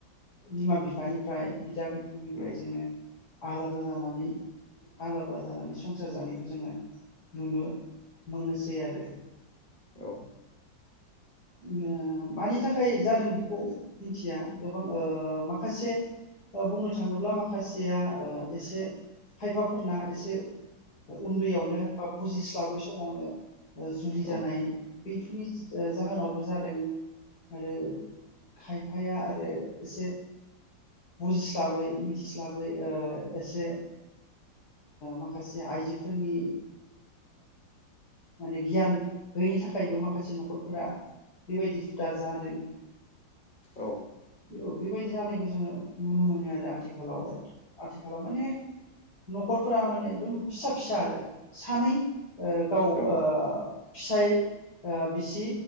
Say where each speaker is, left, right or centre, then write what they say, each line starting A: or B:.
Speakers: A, on the left; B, on the left.
A: बिमा बिफानिफ्राय बिदा बि फंनिफ्राय
B: उम
A: जोंङो आलादा जानानै आलादा जानानै संसार जानायखौ जोंङो नुनो मोनोसै आरो ।
B: औ
A: ओ ओ मानि थाखाय जादों बिखौ मिथिया गोबां ओ माखासे बुंनो थाङोब्ला माखासेया ओ एसे खायफाफोरना एसे उन्दैयावनो बा बुजिस्लाबै समावनो जुलि जानाय
B: औ
A: बेफोरनि जाहोनावबो जादों आरो खायफाया आरो एसे बुजिस्लाबै मिथिस्लाबै एसे माखासे आइजोफोरनि माने गियान गैयिनि थाखायबो माखासे न'खरफोरा बेबायदि जुदा जादों।
B: औ
A: बे बेबायदि जानायखौ जोङो नुनो मोनो आरो आथिखालाव आथिखालाव माने न'खरफोरा माने एकदम फिसा फिसा आरो सानै गाव
B: औ
A: फिसाय ओ बिसि